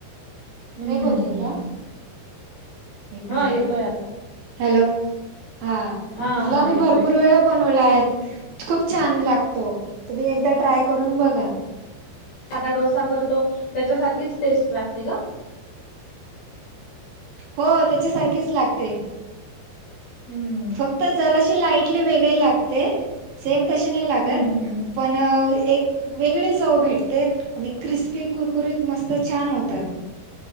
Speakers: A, on the left; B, on the right.
A: हम्म
B: ब्रेक होतय का एक
A: हा
B: मिनिट
A: येतोय आता
B: हॅलो हा
A: हा
B: म्हटलं
A: हा येतोय
B: मी भरपूर वेळा बनवला आहेत खूप छान लागतो तुम्ही एकदा ट्राय करून बघा
A: सादाा डोसा करतो त्याच्यासारखीच टेस्ट लागते का
B: हो त्याच्यासारखेच लागते
A: हम्म
B: फक्त जराशी लाईटली वेगळी लागते सेम तशी नाही लागत
A: हम्म हम्म हम्म
B: पण अ एक वेगळी चव भेटते आणि क्रिस्पी कुरकुरीत मस्त छान होत